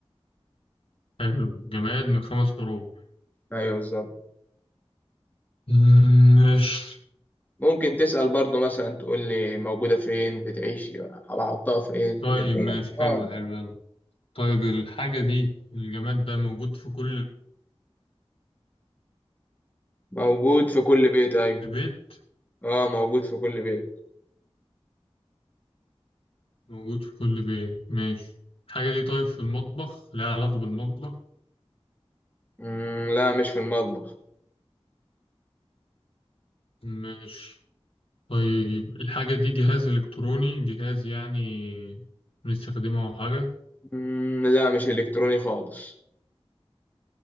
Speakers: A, on the left; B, on the left.
A: حلو جماد من خمس حروف
B: ايوه بالظبط
A: مم، ماشي
B: ممكن تسأل برضو مثلا تقول لي موجودة فين بتعيش بحطها فين
A: طيب
B: كده ايوه
A: ماشي حلو
B: اه
A: حلو يلا طيب الحاجة دي الجماد ده موجود في كل
B: موجود في كل بيت أيوة
A: بيت
B: اه موجود في كل بيت
A: موجود في كل بيت ماشي الحاجة دي طيب في المطبخ لها علاقة بالمطبخ
B: مم لا مش في المطبخ
A: ماشي طيب الحاجة دي جهاز إلكتروني جهاز يعني بنستخدمه أو حاجة
B: مم لا مش إلكتروني خالص